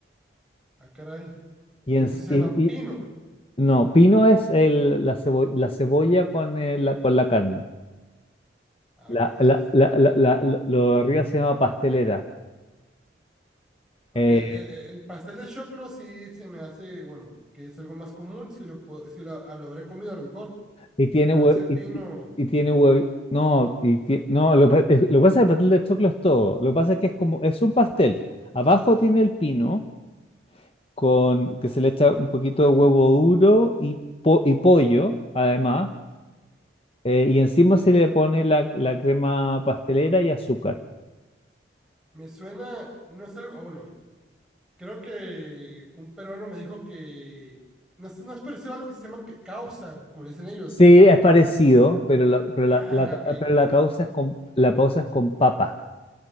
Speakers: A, in the centre; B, on the left (about 30°).
A: Ah, caray. Eso
B: Y, en-
A: se
B: y-
A: llama pino.
B: y- no, pino es el- la, cebo- la cebolla con, el- la, con la carne.
A: Ah,
B: La,
A: ok, sí,
B: la-
A: sí.
B: la- la- la- lo de arriba se llama pastelera. Eh,
A: Ok, el, el el pastel de choclo sí se me hace, bueno, que es algo más común, si lo, puedo- si lo, ah, lo habré comido a lo mejor,
B: Y tiene
A: pero
B: hue-
A: ese pino
B: y, y- y tiene hue- no, y ti- no, lo, pa- es- lo que pasa es que el pastel de choclo es todo. Lo que pasa es que es como, es un pastel. Abajo tiene el pino, con, que se le echa un poquito de huevo duro y, po- y pollo, además. eh, y encima se le pone la, la crema pastelera y azúcar.
A: me suena, no es algo, bueno, creo que un peruano me dijo que no es, no es parecido a lo que se llama que- causa, como le dicen ellos
B: Sí,
A: eh, en
B: es
A: Perú.
B: parecido, pero la, pero
A: Ah,
B: la, la-
A: ok.
B: pero la causa es con, la causa es con papa.